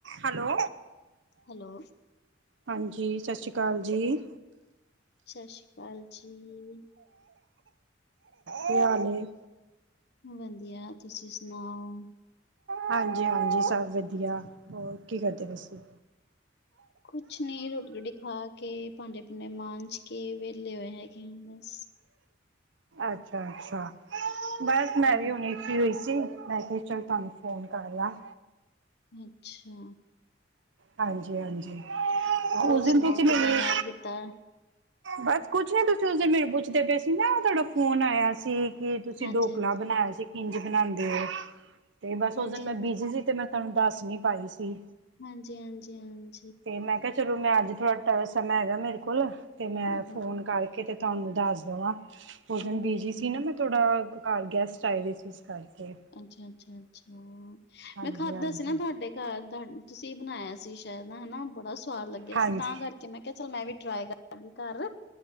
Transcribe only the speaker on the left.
hello
ਸਤਿ ਸ੍ਰੀ ਅਕਾਲ ਜੀ।
ਵਧੀਆ ਤੁਸੀਂ ਸੁਣਾਓ
ਕੁਛ ਨੀ ਰੋਟੀ ਰੋਟੀ ਖਾ ਕੇ ਭਾਂਡੇ ਭੂੰਡੇ ਮਾਂਜ ਕੇ ਵਿਹਲੇ ਹੋਏ ਹੈਗੇ ਆ ਬਸ
ਹੂੰ,
ਅੱਛਾ
ਹੋਰ
ਸੁਣਾਓ
ਕਿੱਦਾਂ ਯਾਦ ਕੀਤਾ?
ਹਾਂਜੀ
ਹਾਂਜੀ,
ਹਾਂਜੀ
ਹਾਂਜੀ,
ਹਾਂਜੀ ਹਾਂਜੀ ਹਾਂਜੀ
ਹੂੰ ਹੂੰ,
ਹੂੰ
ਹੂੰ,
ਅੱਛਾ ਅੱਛਾ ਅੱਛਾ
ਮੈਂ ਖਾਧਾ
ਸੀ ਨਾ ਤੁਹਾਡੇ ਘਰ ਦਾ ਤੁਸੀਂ ਬਣਾਇਆ ਸੀ ਸ਼ਾਇਦ ਹਨਾ ਬੜਾ ਸਵਾਦ ਲੱਗਿਆ
ਸੀ ਤਾਂ ਕਰਕੇ ਮੈਂ ਕਿਹਾ ਚਲ ਮੈਂ ਵੀ ਟਰਾਈ ਕਰਾਂਗੀ ਘਰ